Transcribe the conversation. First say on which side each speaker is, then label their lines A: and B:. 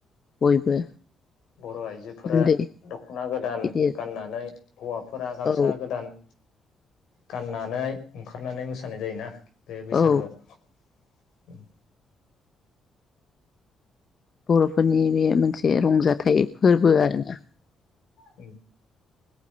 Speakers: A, on the left (about 40°); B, on the left (about 80°).
A: बयबो
B: बर' आइजोफोरा
A: उन्दै
B: दख'ना गोदान
A: गिदिर
B: गाननानै हौवाफोरा गामसा
A: औ
B: गोदान गाननानै ओंखारनानै मोसानाय जायोना बे बैसागुआव
A: औ
B: <inaudible>
A: बर'फोरनि बे मोन मोनसे रंजाथाइ फोरबो आरोना
B: उ